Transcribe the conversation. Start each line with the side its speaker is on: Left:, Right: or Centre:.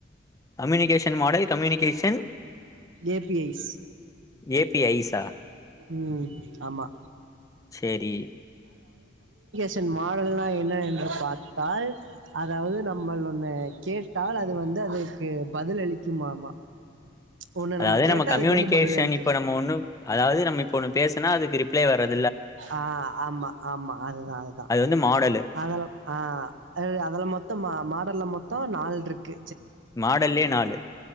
Left: communication model communication
Right: A P Is
Left: A P Is ஆ
Right: ம் ஆமா
Left: சேரி
Right: ஷன் மாடல்னா என்ன என்ற பார்த்தால் அதாவது நம்ம ஒண்ணு கேட்டால் அது வந்து அதுக்கு பதில் அளிக்குமாமா ஒண்ணு
Left: அதாவது
Right: கேட்டா
Left: நம்ம கம்யூனிகேஷன்
Right: அதுக்கு வந்து பதில் அளிக்கு
Left: இப்ப நம்ம ஒண்ணு அதாவது நம்ம இப்ப ஒண்ணு பேசுனா அது ரிப்ளை வரது
Right: ஆ ஆமா ஆமா அதுதா அதுதா
Left: அது வந்து மாடலு
Right: அதெல்லா ஆ அ அதில் மொத்தம் மா மாடல்ல மொத்தோ நால்ருக்கு
Left: மாடல்லே நாலு